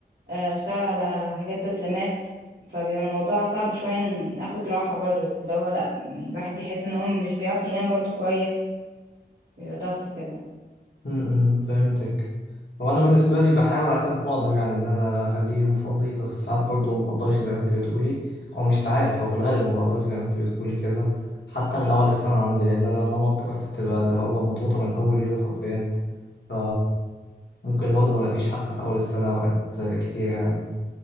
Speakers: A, on the right; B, on the left.
A: آه، أشتغل على حاجات تسليمات فبيبقى الموضوع صعب شوية إن أخد راحة برضو اللي هو لا يعني الواحد بيحس إن هو مش بيعرف ينام برضو كويس بيبقى ضغط كده
B: امم فهمتك هو أنا بالنسبة لي بحاول على قد ما أقدر يعني إن أنا أخليه يوم فاضي بس ساعات برضه ما بقدرش زي ما أنت بتقولي أو مش ساعات هو في الغالب ما بقدرش زي ما أنت بتقولي كده حتى من أول السنة عندي لأن أنا نمط دراستي بتبقى اللي هو مضغوطة من أول يوم حرفيا ف ممكن برضه ما الاقيش حتى في اول السنه اوقات كتير يعني